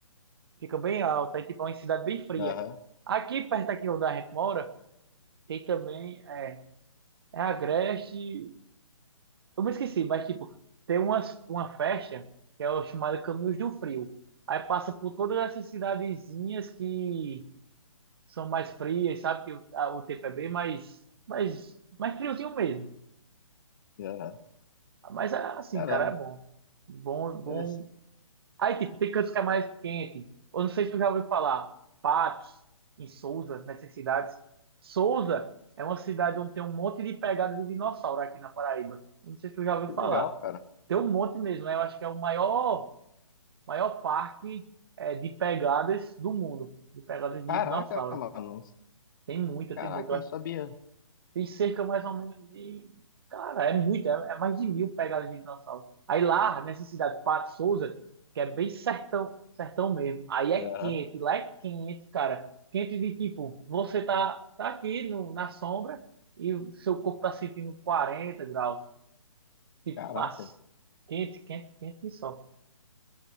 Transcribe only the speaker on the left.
Aham,
aham.
Caramba,
interessante.
Que
legal, cara.
Caraca,
mano.
Caraca,
eu não
sabia.
Aham.
Caraca,